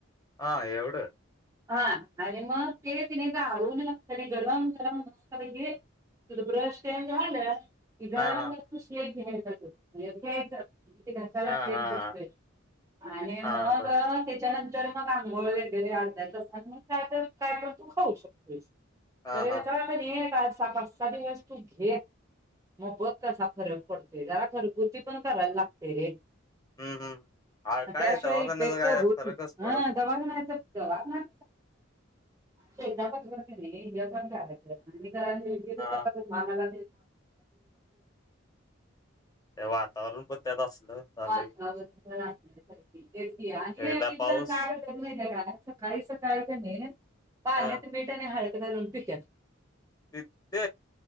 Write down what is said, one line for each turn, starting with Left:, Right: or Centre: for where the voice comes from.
Left: हा एवढं
Right: हा आणि मग ते कनी गाळून तरी गरम गरम सगळं घे <unintelligible> कि गरम
Left: हा हा
Right: गरम खुीात घसालाे
Left: हा हा
Right: बसतोय
Left: हा
Right: आणि मग
Left: हा बर
Right: त्याच्यानंतर मग आंघोळ वगैर त्या्याच मग काय तर काय पण तू खाऊ शकतेोस
Left: हा
Right: खरे
Left: हा
Right: तर पण आ सग वस्तू घेत मग बघ कसा खऱ्या पडतोय जरा घरगुती पण करायला लागते रे
Left: हम्म हम्म हा काय
Right: त्याशिवाय
Left: दवाखान्याचा
Right: पेटो
Left: काय
Right: भूत
Left: फरकच
Right: हं
Left: पडत
Right: दवान म जयच पण हे पण करायचं आणि गेली
Left: हा
Right: काया ला तू मानाला
Left: ते वातावरण पण त्यात असलं. झालंय
Right: वातावरणले. आणि
Left: एकदा
Right: एकेक
Left: पाऊस
Right: जण काय म्हणतात माहितीये काय सकाळी सकाळी कणी पाण्यात
Left: अ
Right: मीठ आणि हळद घालून पित्यात
Left: त ते